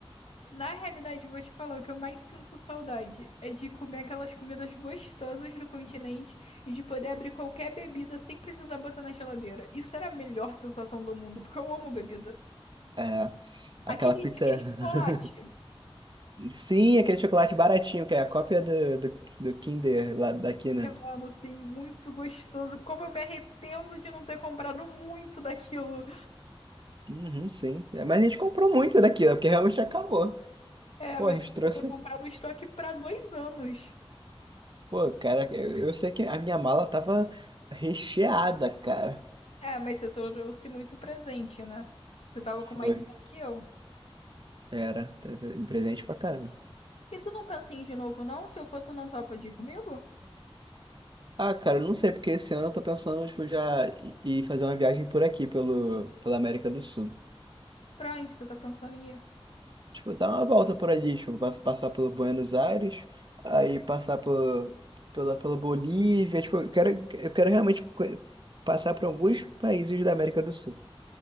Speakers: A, on the left (about 80°); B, on the right (about 50°).
A: Na realidade, eu vou te falar, o que eu mais sinto saudade é de comer aquelas comidas gostosas do continente e de poder abrir qualquer bebida sem precisar botar na geladeira. Isso era a melhor sensação do mundo, porque eu amo bebida.
B: É, aquela
A: Aquele,
B: pizza.
A: aquele chocolate.
B: <laughs> Sim, aquele chocolate baratinho, que é a cópia do, do, do Kinder lá daqui, né?
A: Eu, mano, sim, muito gostoso. Como eu me arrependo de não ter comprado muito daquilo.
B: Uhum, sim. É, mas a gente comprou muito daquilo, porque realmente acabou.
A: É,
B: Pô,
A: mas
B: a gente
A: eu queria
B: trouxe.
A: ter comprado o estoque para dois anos.
B: Pô, cara, eu, eu sei que a minha mala tava recheada, cara.
A: É, mas você trouxe muito presente, né? Você tava com
B: Foi.
A: mais dinheiro que eu.
B: Era, tá- tá- presente pra caramba.
A: E tu não pensa em ir de novo, não? Se eu for, tu não topa de ir comigo?
B: Ah, cara, eu não sei, porque esse ano eu tô pensando, tipo, já i- ir fazer uma viagem por aqui, pelo, pela América do Sul.
A: Pra onde você tá pensando em ir?
B: Tipo, dar uma volta por ali, tipo, pass- passar pelo Buenos Aires, aí passar por, pela, pela Bolívia, tipo, eu quero, eu quero realmente co- passar por alguns países da América do Sul.